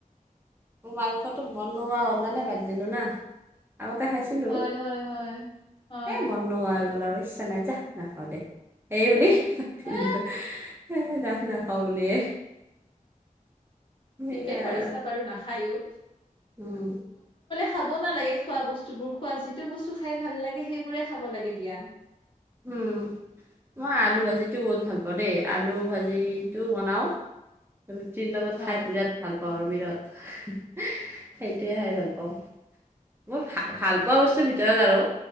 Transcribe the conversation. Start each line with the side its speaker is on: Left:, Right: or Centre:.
Right: মোৰ মাংসটোত মন নোহোৱা হ'ল কাৰণে বাদ দিলো না। আ তে খাইছিলোঁ।
Left: হয় হয় হয় হয়
Right: এ, মন নোহোৱা হৈ গল আৰু। ইচ্ছা নাই যাহ নাখাও দে। এই বুলি বাদ দি
Left: আহ
Right: দিলোঁ। হে ৰাহনা খাওঁ বুলিয়ে সেইয়াই
Left: ঠিকেই কৰিছা
Right: আৰু
Left: বাৰু নাখায়ো।
Right: উম।
Left: খাবও নালাগে খোৱা বস্তুবোৰ, খোৱা যিটো বস্তু খাই ভাল লাগে সেইবোৰে খাব লাগে দিয়া।
Right: উম। মই আলু ভাজিটো বহুত ভাল পাওঁ দেই, আলু ভাজিটো বনাও। ৰুটিৰ লগত
Left: হয়
Right: খাই বিৰাট ভাল পাওঁ আৰু বিৰাট। সেইটোৱে খাই ভাল পাওঁ। মোৰ ভা-ভাল পোৱা বস্তুৰ ভিতৰত আৰু